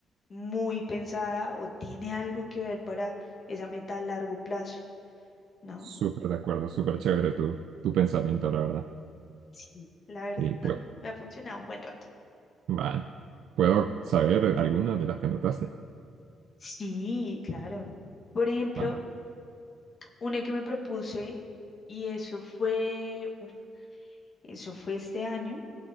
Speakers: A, on the left (about 45°); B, on the right (about 75°).
A: muy pensada o tiene algo que ver para esa meta a largo plazo, ¿no?
B: Súper de acuerdo, súper chévere tu, tu pensamiento, la verdad.
A: Sí, la verdad,
B: Y pues,
A: me ha funcionado un buen rato.
B: va, ¿puedo saber algunas de las que anotaste?
A: Sí, claro. Por ejemplo,
B: Va.
A: Una que me propuse, y eso fue, uf, eso fue este año.